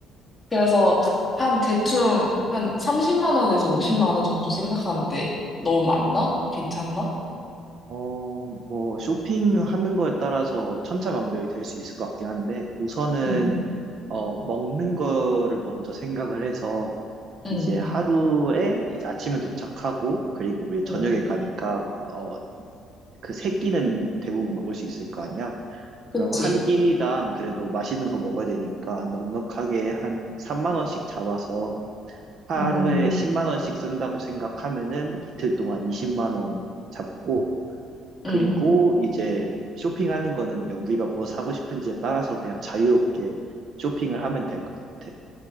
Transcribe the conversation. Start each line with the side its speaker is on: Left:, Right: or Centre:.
Centre: 그래서 한 대충 한 30만 원에서 50만 원 정도 생각하는데 너무 많나? 괜찮나?
Right: 어, 뭐, 쇼핑하는 거에 따라서 천차만별이 될 수 있을 것 같긴 한데, 우선은,
Centre: 응,
Right: 어, 먹는 거를 먼저 생각을 해서,
Centre: 응,
Right: 이제 하루에, 이제 아침에 도착하고, 그리고 우리 저녁에
Centre: 응.
Right: 가니까, 어, 그 세 끼는 대부분 먹을 수 있을 거 아니야? 그럼
Centre: 그치?
Right: 한 끼니당 그래도 맛있는 거 먹어야 되니까, 넉넉하게 한 3만 원씩 잡아서, 하루에
Centre: 음,
Right: 10만 원씩 쓴다고 생각하면은, 이틀 동안 20만 원 잡고,
Centre: 응,
Right: 그리고 이제 쇼핑하는 거는 우리가 뭐 사고 싶은지에 따라서 그냥 자유롭게 쇼핑을 하면 될 것 같아.